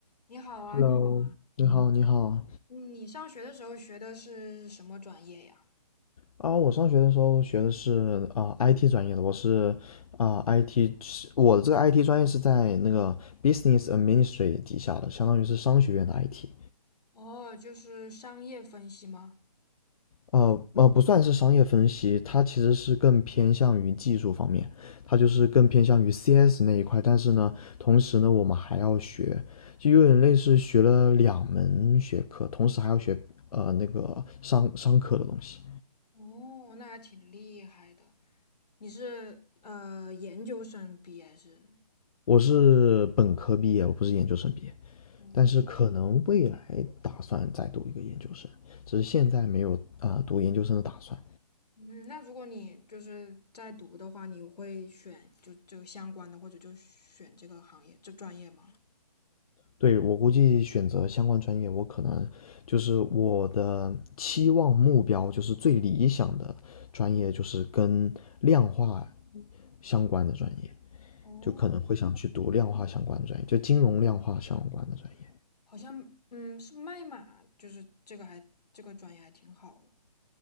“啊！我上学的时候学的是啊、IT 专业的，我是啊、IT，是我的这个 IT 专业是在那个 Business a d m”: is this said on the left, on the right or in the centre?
Left